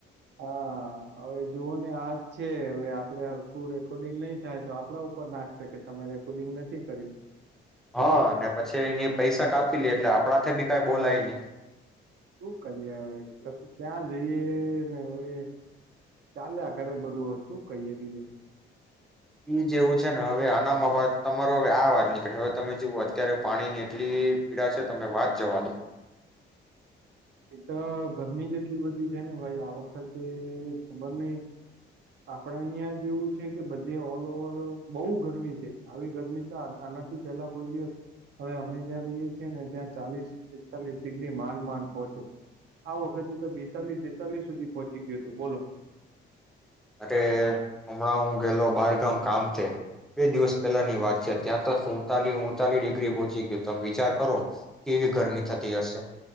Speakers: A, on the right; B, in the centre.
A: હા હવે જુઓ ને આ જ છે, હવે આપડે હરખું રેકોર્ડિંગ નહી થાય, તો આપડા ઉપર નાખશે કે તમે રેકોર્ડિંગ નથી કર્યું.
B: હા ને પછી એની પૈસા કાપી લે એટલે આપણા થે બી કાઈ બોલાય નહી.
A: શું કરીએ હવે કશું ક્યાં જઈએ ને હવે ચાલ્યા ખરે બધું શું કહીએ બીજું.
B: ઈ જે એવું છે ને હવે આનામ બા તમારો હવે આ વાત નીકળે હવે તમે જૂવાજ અત્યારે પાણી ની એટલી પીડા છે, તમે વાત જવા દો.
A: એ તો ગરમી જ એટલી બધી છે, ને ભાઈ આ વખતે ખબર નહીં આપડા અહિયાં જ એવું છે, કે બધે ઓલ ઓવર બહુ ગરમી છે, આવી ગરમી તો આ આનાથી પેલા કોઈ દિવસ, હવે અમે જ્યાં રહીએ છીએ ને ત્યાં ચાલીસ પેતાલીસ ડિગ્રી માંડ માન પહોચે, આ વખતે તો બેતાલીસ તેતાલીસ સુધી પહોંચી ગયું તું બોલો.
B: અરે હમણાં હું ગયેલો બારગામ કામ થી, બે દિવસ પહેલાની વાત છે, ત્યાં તો સુડતાલી ઉડતાલીસ ડિગ્રી પહોચી ગયો તમે વિચાર કરો. કેવી ગરમી થતી હશે.